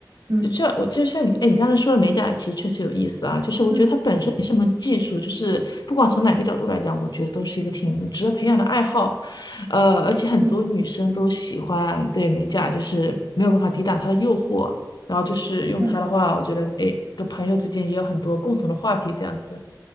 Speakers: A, on the right; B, on the left.
A: 嗯
B: 这样我就像你，哎，你刚才说的美甲其实确实有意思啊，就是我觉得它本身也是门技术，
A: 嗯
B: 就是不管从哪个角度来讲，我觉得都是一个挺值得培养的爱好，呃，而且很多女生都喜欢对美甲，
A: 嗯
B: 就是没有办法抵挡它的诱惑，然后就是用它的话，
A: 嗯，
B: 我觉得哎，跟朋友之间也有很多共同的话题这样子。